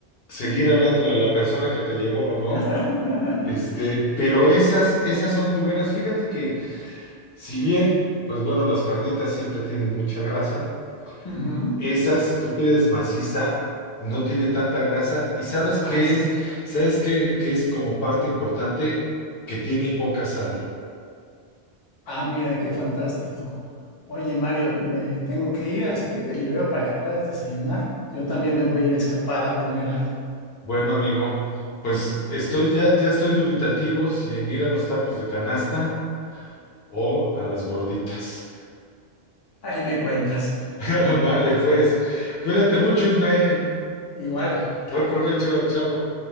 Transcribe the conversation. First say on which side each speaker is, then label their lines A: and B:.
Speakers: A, on the left (about 65°); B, on the left (about 35°).
A: seguir
B: ajá.
A: hablándole a la persona que te llevó o no.
B: <laughs>
A: Este, pero esas, esas son muy buenas. Fíjate que si bien, pues bueno, las carnitas siempre tienen mucha grasa,
B: Ujú.
A: esas, si tú pides maciza, no tiene tanta grasa. ¿Y sabes
B: Ah,
A: qué
B: es-
A: es? ¿Sabes qué, qué es como parte importante? Que tiene poca sal.
B: Ah, mira, qué fantástico. Oye, Mario, me tengo que ir, así que te libero para que puedas desayunar. Yo también me voy a ir a escapar a comer algo.
A: Bueno, amigo, pues estoy ya, ya estoy dubitativo si en ir a los tacos de canasta o a las gorditas.
B: Ahí me cuentas.
A: <laughs> Vale, pues, cuídate
B: Bye.
A: mucho, Ismael.
B: Igual,
A: Buen
B: chao.
A: provecho, chao.